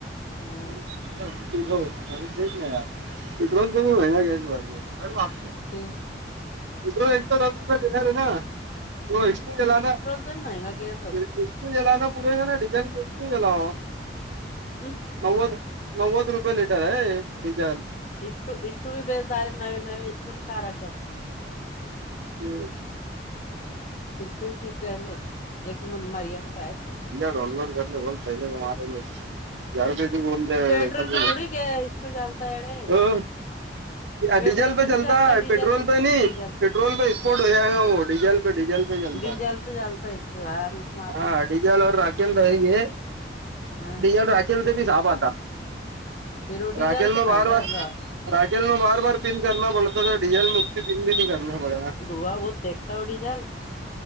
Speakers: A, on the left; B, on the right.
A: हा
B: तेच नाही इथण कमी महि घ्यास भारीर बाप
A: ठीक
B: देणार आहे ना तो एूला ना
A: महगा ग
B: ए गला ना पुरे जा ना डिझेल ए गलाव
A: हम्म,
B: नवद नवद रुपय लिटर आहे बीज
A: इष्टू इष्टूी बेजदार आहे नवे नवे इष्टूी कारक आहे आपण
B: हम्
A: बकुीले एक मुन मरियम काय
B: डाऊनलोड करले बोल पहिम्हाेो यार ब
A: तो पेट्रोल पे थोड़ी गया इष्टू डालता है रे
B: ह
A: पेट्रोल
B: डीजल पे
A: पण
B: चलता
A: जलता
B: है,
A: डीजल
B: पेट्रोल पे नही
A: डीजल
B: पेट्रोल पे एक्सपोर्ट हो जायग वो डिजल डी डीजल पे चल
A: डीजेल पे जलता हैं <unintelligible>
B: हा डिजेल और राखेल नही ये
A: हाँ
B: डिजेल राख राकेल से भी साप आता,
A: फिर वो डीजल
B: राकेल
A: तो
B: मे बार
A: महंगा
B: बार
A: है
B: राकेल मे बार बार पिन करना पडता, का डीझल मे मुक्ती पिन भी नहीं करना पडेगा.
A: धूवा बहुत फेकता ओ डीजेल.